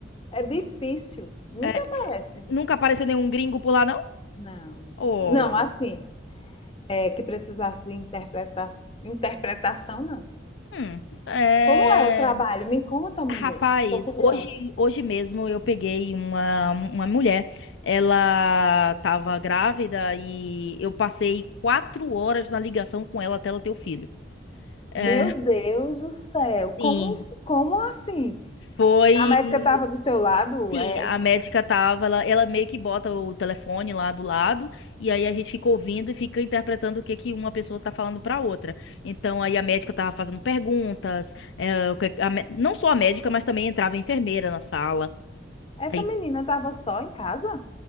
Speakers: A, on the left; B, on the left.
A: é difícil. Nunca
B: é,
A: aparece.
B: nunca apareceu nenhum gringo por lá, não?
A: Não.
B: Oh,
A: Não, assim. é, que precisasse de interpreta- interpretação, não.
B: hum, é...
A: Como é o trabalho? Me conta, mulher.
B: Rapaz,
A: Estou curiosa.
B: hoje, hoje mesmo eu peguei uma, uma mulher, ela estava grávida e eu passei quatro horas na ligação com ela até ela ter o filho. É,
A: Meu Deus do céu,
B: sim,
A: como, como assim?
B: foi.
A: A médica estava do teu lado?
B: Sim,
A: É,
B: a médica tava, ela, ela meio que bota o telefone lá do lado, e aí a gente fica ouvindo e fica interpretando o que que uma pessoa tá falando pra outra. Então aí a médica tava fazendo perguntas, eh, o que- a mé- não só a médica, mas também entrava a enfermeira na sala.
A: essa
B: Aí
A: menina estava só em casa?